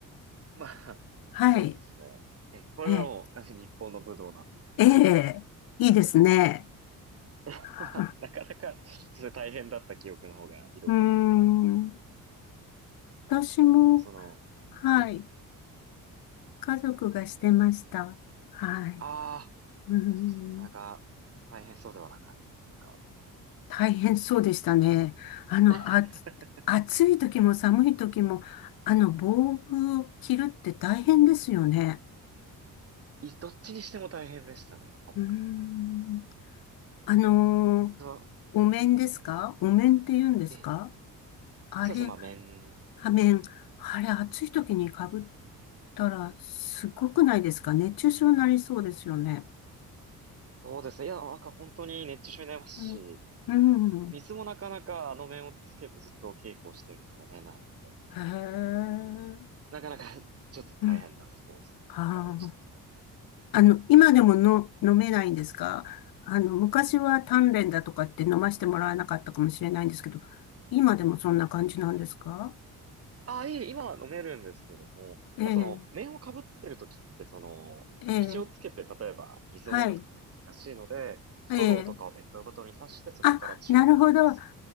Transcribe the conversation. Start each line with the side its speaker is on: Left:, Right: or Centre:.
Right: まあ、
Left: はい。
Right: そうですね。え、これはもう、
Left: え、
Right: あの日本の武道なんですけど。
Left: ええ、いいですね。
Right: <laughs>
Left: <laughs>
Right: まあ、なかなか、それ大変だった記憶の方が色濃いんです
Left: うーん。私も、
Right: けど、その、
Left: はい。
Right: え、
Left: 家族がしてました。はい。
Right: ああ、
Left: うーん。
Right: そうですなかなか大変そうではなかったですか。
Left: 大変そうでしたね。あの、
Right: <laughs>
Left: あ、暑い時も寒い時も、あの、防具を着るって大変ですよね。
Right: いどっちにしても大変でしたね。暑くても寒く
Left: うーん。あのー
Right: ても。そ
Left: お面ですかお面って言うんですか
Right: う、ええ
Left: あれ、
Right: そうですね、まあ、麺、
Left: は面。
Right: はい。
Left: あれ、暑い時に被ったら、すごくないですか熱中症になりそうですよね。
Right: そうですね。いや、なんか本当に熱中症になりますし、
Left: うんうん。
Right: 水もなかなかあの麺をつけてずっと稽古をしてると飲めないので、
Left: へえ。
Right: なかなか <laughs> ちょっと大変なスポーツというかでしたね。
Left: うんはあ。あの、今でもの飲めないんですかあの、昔は鍛錬だとかって飲ましてもらわなかったかもしれないんですけど、今でもそんな感じなんですか
Right: ああ、いえ、今は飲めるんですけれども、
Left: ええ、
Right: ただその、麺をかぶってる時って、その、
Left: ええ、
Right: 口をつけて、例えば水を飲むとかが難しいので、
Left: はい、
Right: ストローとかをペットボトルに刺して、
Left: ええ。
Right: そこからチュートする。
Left: あ、なるほど。あ、